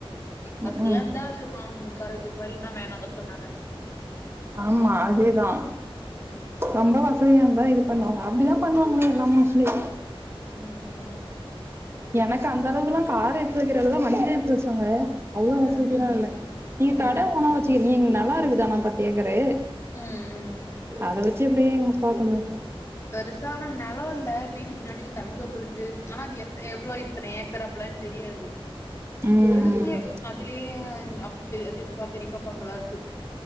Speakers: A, on the left (about 30°); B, on the right (about 25°).
A: வசதியா
B: ம் ம்
A: இருந்தா அது மாம் கார் எடுத்து தரும் இல்லனா வேணான்னு தா சொன்னாங்க
B: ஆமா அதேதா
A: ம்
B: ரொம்ப வசதியா இது பண்ணுவாங்க அப்படிதான் பண்ணுவாங்களே எல்லாம சொல்லி
A: ம் ம்
B: எனக்கு அந்த அளவுகெல்லா கார் எடுத்து வக்கிறல்லா வண்டிதா எடுத்து வச்சாங்க அவ்ளோ
A: ம் ம்
B: வசதிய
A: ம்
B: இல்ல நீங்க
A: ம்
B: கட ஓனா வச்சுக்கிறீங்க நல்லா நில இருக்குதானா பத்து ஏக்கரு
A: ம் ம்
B: அத வச் சப்டியே எங்க பாக்கணு
A: பெருசான நெல இல்ல வீட்டு பின்னாடி தென்னந்தோப்பு இருக்கு ஆனா அது எத் எவ்ளோ இப் அத்தன ஏக்கர் அப்பலா எனக்கு தெரியாது
B: ம்
A: இருக்கு அதுலயே அப் சித்தப்பா பெரியப்பா பங்கல்லா இருக்கு